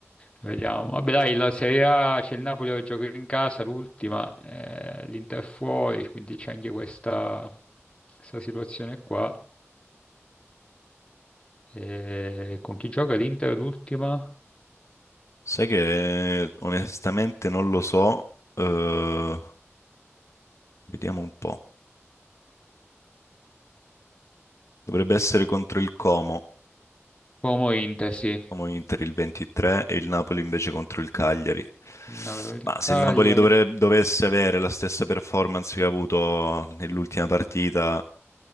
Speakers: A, on the left (about 20°); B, on the left (about 75°).
A: Vediamo. Vabbè, dai, la Serie A c'è il Napoli che gioca in casa, l'ultima, eh, l'Inter fuori, quindi c'è anche questa, questa situazione qua. E con chi gioca l'Inter l'ultima?
B: Sai che eh, onestamente non lo so. eh, vediamo un po'. Dovrebbe essere contro il Como,
A: Como Inter, sì.
B: Como Inter il 23 e il Napoli invece contro il Cagliari.
A: Avevo il
B: Ma
A: Cagliari.
B: se il Napoli dovre- dovesse avere la stessa performance che ha avuto nell'ultima partita,